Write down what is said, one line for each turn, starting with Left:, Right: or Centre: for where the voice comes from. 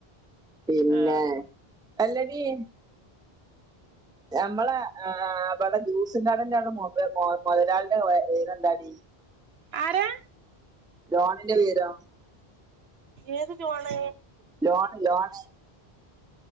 Centre: പിന്നെ
Right: ആ
Centre: അല്ലടി ഞമ്മളെ ആഹ് ഇവിടെ ജ്യൂസ് ഉണ്ടാക്കുന്നന്റെ മൊ മൊതലാളിടെ പേര് എന്താടി
Right: ആരാ
Centre: ജോണിന്റെ പേരോ
Right: ഏതു ജോണ്
Centre: ജോണ് ജോണ്